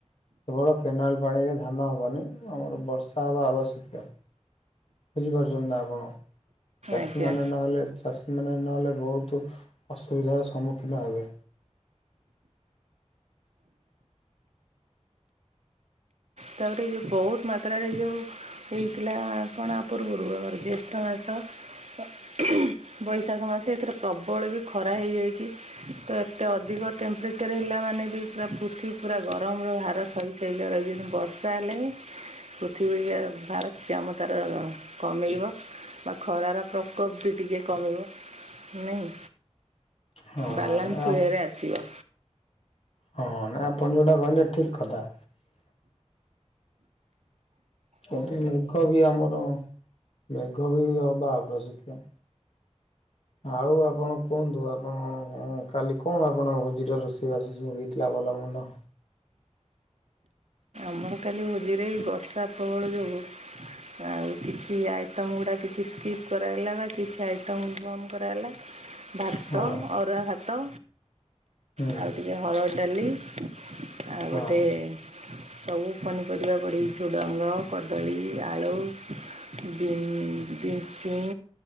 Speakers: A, on the left; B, on the right.
A: କେବଳ କେନାଲ୍ ପାଣିରେ ଧାନ ହେବନି ଆମର ବର୍ଷା ହେବା ଆବଶ୍ୟକୀୟ। ବୁଝିପାରୁଛନ୍ତି ନା ଆପଣ ଚାଷୀମାନେ
B: ଆଜ୍ଞା
A: ନ ହେଲେ ଚାଷୀମାନେ ନହେଲେ ବହୁତ୍ ଅସୁବିଧାର ସମ୍ମୁଖୀନ ହେବେ।
B: ତାପରେ ଏଇ ଯେଉଁ ବହୁତ ମାତ୍ରାରେ ଯୋଉ ହେଇଥିଲା କଣ ଆ ପୂର୍ବରୁ ଆମର ଜ୍ୟେଷ୍ଠ ମାସ ତ <unintelligible> ବୈଶାଖ ମାସ ଏଥିରେ ପ୍ରବଳ ବି ଖରା ହେଇଯାଇଛି। ତ ଏତେ ଅଧିକ ଟେମ୍ପରେଚର ହେଲା ମାନେ ବି ପୁରା ପୃଥିଵୀ ପୁରା ଗରମର ଭାର ସହି ତେଲିଆ ରହିଯିବ କିନ୍ତୁ ବର୍ଷା ହେଲେ ପୃଥିବୀ ଟିକେ ଭାରସ୍ୟାମ ତାର କମିଯିବ। ବା ଖରାର ପ୍ରକୋପ ବି ଟିକେ କମିବ ନାହିଁ।
A: ହଁ
B: ବାଲାନ୍ସ
A: ଆପ୍
B: ୱେ ରେ ଆସିବ।
A: ହଁ ନାଇଁ ଆପଣ ଯୋଉଟା କହିଲେ ଠିକ୍ କଥା। ଏଠି ମେଘ ବି ଆମର ମେଘ ବି ହବା ଆବଶ୍ୟକିୟ। ଆଉ ଆପଣ କୁହନ୍ତୁ ଆପଣ କାଲି କଣ ଆପଣ ଭୋଜିର ରୋଷେଇବାସ ସବୁ ହେଇଥିଲା ଭଲ ମନ୍ଦ।
B: ଆମର କାଲି ଭୋଜିରେ ଏଇ ବର୍ଷା ପ୍ରବଳ ଯୋଗୁ
A: <inaudible>
B: ଆଉ କିଛି ଆଇଟମ ଗୁଡ଼ା କିଛି ସ୍କିପ୍ କରାଗଲା ବା କିଛି ଆଇଟମ୍ ବନ୍ଦ କରାଗଲା ଭାତ,
A: ହଁ
B: ଅରୁଆ ଭାତ,
A: ହୁଁ
B: ଆଉ ଟିକେ ହରଡ ଡାଲି। ଆଉ
A: ହଁ
B: ଗୋଟେ ସବୁ ପନିପରିବା ପଡିକି ଝୁଡଙ୍ଗ, କଦଳୀ, ଆଳୁ ଯୋଉ ବିନ ବିନ୍ ଛୁଁ